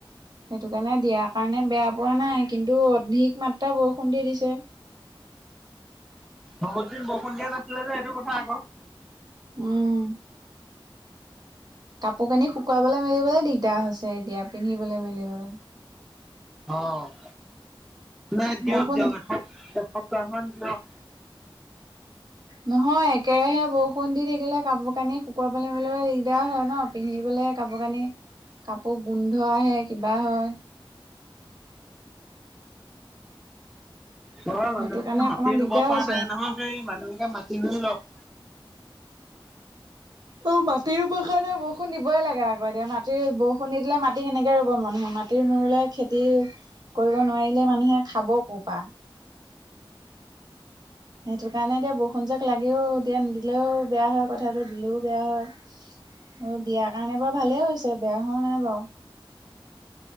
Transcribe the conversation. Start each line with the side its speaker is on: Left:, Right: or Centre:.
Right: সেইটো কাৰণে দিয়াৰ কাৰণে বেয়া পোৱা নাই কিন্তু অধিক মাত্ৰা বৰষুণ দি দিছে।
Centre: বহুত দিন বৰষুন দিয়া নাছিলে যে সেইটো কথা আকৌ।
Right: উম। কাপোৰ কানি শুকুৱাবলৈ মেলিবলৈ দিগদাৰ হৈছে এতিয়া পিন্ধিবলৈ মেলিবলৈ।
Centre: অ', নাই দিয়ক,
Right: বৰষুণ
Centre: দিয়ক এক সপ্তাহ মান দিয়ক।
Right: নহয় একেৰাহে বৰষুণ দি থাকিলে কাপোৰ কানি শুকুৱাই পেল মলৈ দিগদাৰ হয় ন। পিন্ধিবলৈ কাপোৰ কানি কাপোৰ গোন্ধ আহে কিবা হয়।
Centre: তই মানুহবোকে
Right: সেইটো কাৰণে অকমান
Centre: মাটি
Right: দিগদাৰ
Centre: ৰুব পৰা
Right: হৈছে
Centre: নাই নহয়, সেই মানুহবোকে মাতি ৰুই লওক।
Right: অ', মাটিৰ প্ৰষে বৰষুণ দিবই লাগে আকৌ এতিয়া মাটিৰ বৰষুণ নি দিলে মাটি কেনেকে ৰুব মানুহে মাটি। খেতি নুৰুলে খেতি কৰিব নোৱাৰিলে মানুহে খাব ক'ৰ পৰা। সেইটো কাৰণে এতিয়া বৰষুণ জাক লাগেও, এতিয়া নিদিলেও বেয়া হয় কথাটো দিলেও বেয়া হয়। অ', দিয়াৰ কাৰণে বাৰু ভালে হৈছে বেয়া হোৱা নাই বাৰু।